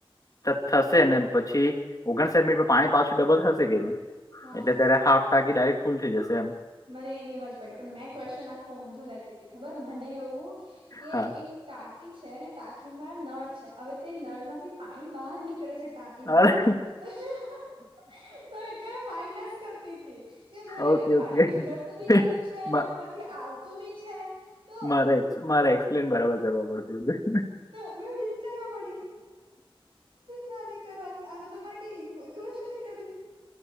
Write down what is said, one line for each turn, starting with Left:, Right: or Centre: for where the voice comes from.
Left: ત થશે ને પછી ઓગણસાઠ મિનિટ પાણી પાછું ડબલ થશે કે ની
Right: હા
Left: એટલે ત્યારે હાફ ટાકી ડાયરેક્ટ ફૂલ થઈ જશે એમ
Right: મને એની હમજ પડી પણ મેં ક્વેશ્ચન આખો ઊંધો લેતી હતી ખબર મને એવું કે
Left: હા
Right: એક. ટાંકી છે ને ટાંકી માં નળ છે હવે તે નળમાંથી પાણી બહાર નીકળે છે ટાંકી. કે માં
Left: અરે
Right: થી તો એટલે માઇનસ કરતી કે ભાઈ
Left: ઓકે
Right: અગર પા
Left: ઓકે
Right: પાણી
Left: ઓકે
Right: નીકળતું બી જતું છે અને
Left: મા-
Right: ઉપરથી આવતું બી છે તો.
Left: મારેક્સ. ન બરાબર કરવા પડત બધ.
Right: તો મેં વિચારવા ના ને કરોત એનો તો મને કઈ કેઇવેશન ન